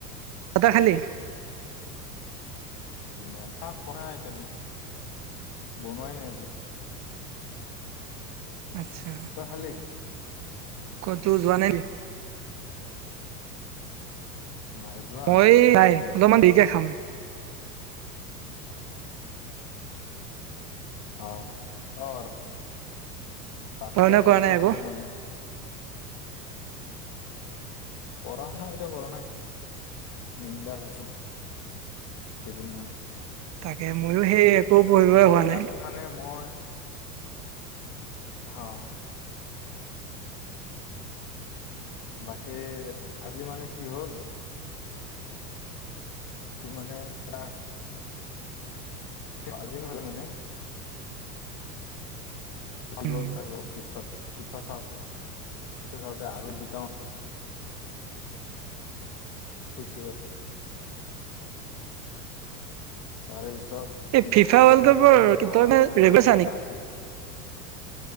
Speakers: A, on the right; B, on the left.
A: তাহ খালি?
B: না শুনা এতিয়ালৈ, বনোৱাই নাই আজি।
A: আচ্ছা,
B: তই খালি
A: ক'তো যোৱা নে
B: নাই যোৱা,
A: মই
B: ঘৰতে
A: নাই
B: আছো এনেই
A: অলপমান
B: পৰি।
A: দেৰিকে খাম।
B: অ' ৰাতিপুৱাও
A: পঢ়া শুনা কৰা
B: দেৰিকে
A: নাই আকৌ
B: শুলো মানে পঢ়া শুনা এতিয়া কৰা নাই, বিন্দাস আছো। কেইদিনমান,
A: তাকে ময়ো সেই একো পঢ়িবই
B: কি কয়
A: হোৱা নাই।
B: ৰাতি মানে মই হয় বাকী, আজি মানে কি হ'ল ৰাতি মানে এটা আজি মানে হৈ
A: উম,
B: গ'ল, তাৰ পিছত চাওঁতে চাওঁতে আৰু দুটা পুছ তাৰে পিছত
A: এই ফিফা
B: উঠি
A: ৱৰ্ল্ড
B: কিনে
A: কাপৰ
B: আৰু সেই আধাৰৰ
A: তই মানে
B: কিবা
A: ৰেগুলাৰ
B: এটা
A: চা
B: জাগৰা
A: নেকি?
B: আছিল।